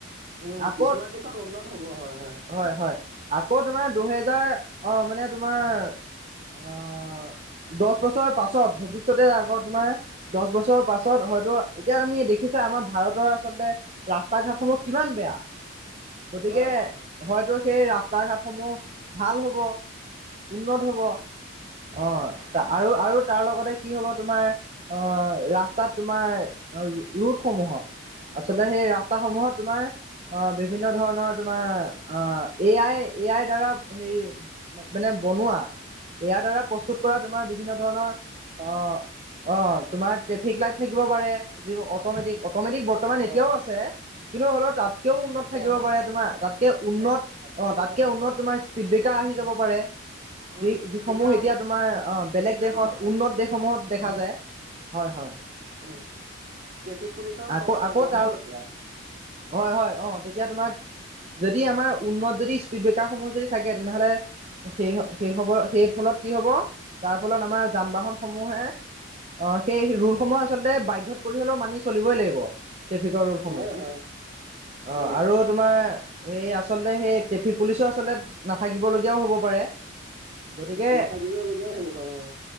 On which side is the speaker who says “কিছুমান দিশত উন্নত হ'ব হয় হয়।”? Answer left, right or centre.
Right